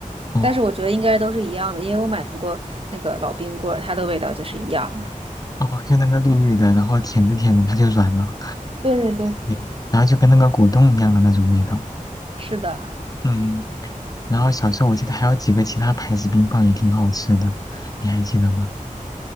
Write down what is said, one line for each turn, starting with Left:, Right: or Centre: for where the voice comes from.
Left: 哦
Right: 但是我觉得应该都是一样的，因为我买过那个老冰棍儿，它的味道就是一样的。
Left: 哦，就那个绿绿的，然后舔着舔着它就软了，
Right: 对对对，
Left: 对，然后就跟那个果冻一样的那种味道。
Right: 是的。
Left: 嗯，然后小时候我记得还有几个其他牌子冰棒也挺好吃的，你还记得吗？